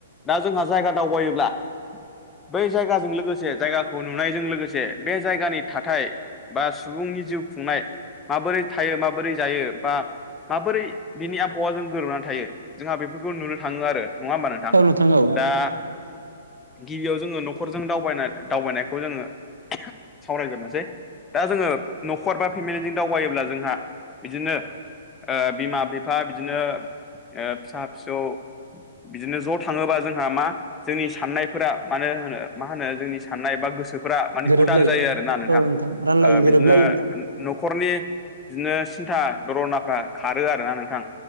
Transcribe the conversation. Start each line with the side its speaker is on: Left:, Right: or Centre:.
Left: दा जोंहा जायगा दावबायोब्ला बै जायगाजों लोगोसे जायगाखौ नुनायजों लोगोसे बे जायगानि थाथाय बा सुबुंनि जिउ खुंनाय माबोरै थायो माबोरै जायो बा माबोरै बिनि आबहावाजों गोरोबनानै थायो जोंहा बेफोरखौ नुनो थाङो आरो नङा होमबा नोंथां
Right: औ औ
Left: दा गिबियाव जोङो न'खरजों दावबाय दावबायनायखौ जोङो सावरायग्रोनोसै दा जोङो न'खर बा फेमिलिजों दावबायोब्ला जोंहा बिदिनो ओ बिमा - बिफा बिदिनो ओ फिसा - फिसौ बिदिनो ज' थाङोबा जोंहा मा जोंनि साननायफोरा मानो होनो मा होनो जोंनि साननाय बा गोसोफोरा माने
Right: गोरोबलायो
Left: उदां जायो आरो ना नोंथां।
Right: औ रानलायो
Left: ओ
Right: गोरोबलायो
Left: बिदिनो
Right: नोंथां
Left: न'खरनि बिदिनो सिन्था दरनाफ्रा खारो आरो ना नोंथां।